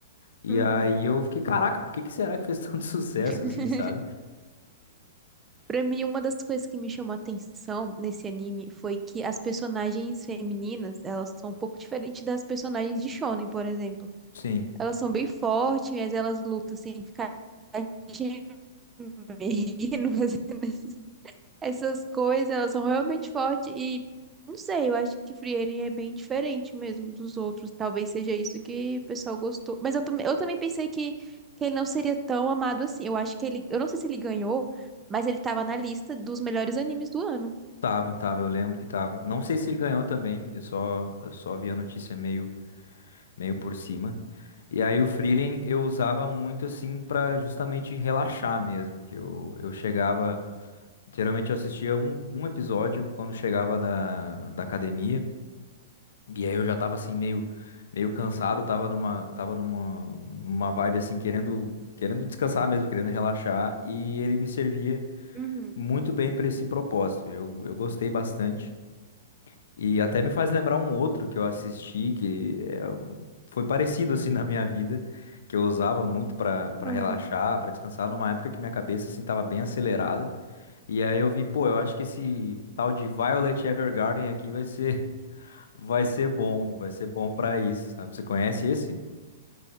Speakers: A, on the left (about 75°); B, on the right (about 15°).
A: E
B: uhum.
A: aí eu fiquei, caraca, por que que será que fez <laughs> tanto sucesso
B: <laughs>
A: assim, sabe?
B: Pra mim, uma das coisas que me chamou a atenção nesse anime foi que as personagens femininas, elas são um pouco diferentes das personagens de Shonen, por exemplo.
A: Sim,
B: Elas são bem fortes, mas elas lutam sem ficar gemendo, <laughs> assim, Essas coisas, elas são realmente fortes e não sei, eu acho que Frieren é bem diferente mesmo dos outros. Talvez seja isso que o pessoal gostou. Mas eu, tam- eu também pensei que, que ele não seria tão amado assim. Eu acho que ele, eu não sei se ele ganhou, mas ele tava na lista dos melhores animes do ano.
A: tava, tava, eu lembro que tava. Não sei se ele ganhou também, eu só, eu só vi a notícia meio, meio por cima. E aí o Frieren eu usava muito assim pra justamente relaxar mesmo, que eu, eu chegava, geralmente eu assistia um, um episódio quando chegava da, da academia. E aí eu já tava assim meio meio cansado, tava numa tava numa numa vibe assim querendo querendo descansar mesmo, querendo relaxar e ele me servia
B: Uhum.
A: muito bem para esse propósito. Eu, eu gostei bastante e até me faz lembrar um outro que eu assisti que é um- foi parecido assim <laughs> na minha vida, que eu usava muito para para
B: Aham.
A: relaxar, para descansar numa época que minha cabeça assim tava bem acelerada. E aí eu vi, pô, eu acho que esse tal de Violet Evergarden aqui vai ser <laughs> vai ser bom, vai ser bom pra isso, sabe? Você conhece esse?